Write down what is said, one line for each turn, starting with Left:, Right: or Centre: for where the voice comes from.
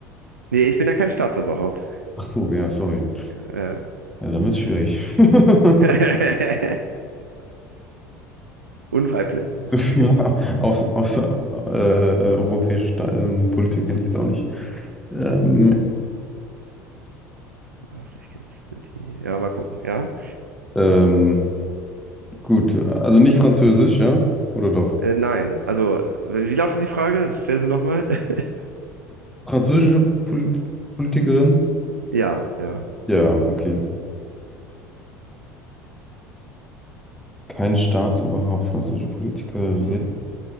Right: Nee, ich bin ja kein Staatsoberhaupt.
Centre: Ach so, ja, sorry.
Right: Äh.
Centre: Ja, dann wird's schwierig. <laughs>
Right: <laughs> Unweiblich.
Centre: So viele aus, außer, äh, europäische Sta ähm, Politiker kenne ich jetzt auch nicht. Ähm,
Right: Ah, vielleicht kennst du die. Ja, mal gucken, ja.
Centre: ähm, gut, also nicht französisch, ja? Oder doch?
Right: Äh, nein, also, wie lautet die Frage? Stell sie nochmal. <laughs>
Centre: Französische Pol Politikerin?
Right: Ja, ja.
Centre: Ja, okay. Kein Staatsoberhaupt, französische Politikerin.
Right: Mhm.